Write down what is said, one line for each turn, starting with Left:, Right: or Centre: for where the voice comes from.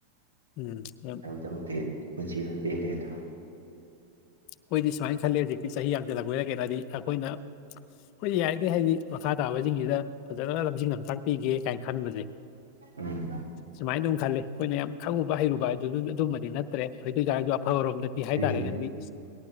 Left: ꯎꯝ ꯌꯥꯝ
Right: ꯇꯧꯗꯦ ꯄꯨꯟꯁꯤ ꯑꯗꯨꯝ <unintelligible>
Left: ꯑꯩꯈꯣꯏꯗꯤ ꯁꯨꯃꯥꯏꯅ ꯈꯜꯂꯦ ꯍꯧꯖꯤꯛꯇꯤ ꯆꯍꯤ ꯌꯥꯝꯡꯊꯜꯂꯛꯄꯩꯔ ꯀꯦꯅꯣ ꯍꯥꯏꯗꯤ ꯑꯩꯈꯣꯏꯅ ꯑꯩꯈꯣꯏꯗꯤ ꯌꯥꯔꯤꯒꯩ ꯍꯥꯏꯗꯤ ꯃꯈꯥ ꯇꯥꯕꯖꯤꯡꯖꯤꯗ ꯐꯖꯅ ꯂꯝꯖꯤꯡ ꯂꯝꯊꯥꯛ ꯄꯤꯒꯦ ꯀꯥꯏꯅ ꯈꯟꯕꯖꯦ
Right: ꯎꯝ
Left: ꯁꯨꯃꯥꯏ ꯗꯨꯝ ꯈꯜꯂꯦ ꯑꯈꯣꯏꯅ ꯌꯥꯝ ꯈꯪꯉꯨꯕ ꯍꯩꯔꯨꯕ ꯍꯥꯏꯗꯨ ꯑꯗꯨꯝꯃꯗꯤ ꯅꯠꯇ꯭ꯔꯦ ꯑꯗꯨꯏꯇꯥꯥꯔꯖꯨ ꯑꯐꯕꯔꯣꯝꯗꯗꯤ
Right: ꯑꯗꯨꯏꯁꯨ
Left: ꯍꯥꯏꯇꯥꯔꯅꯦ ꯍꯥꯏꯗꯤ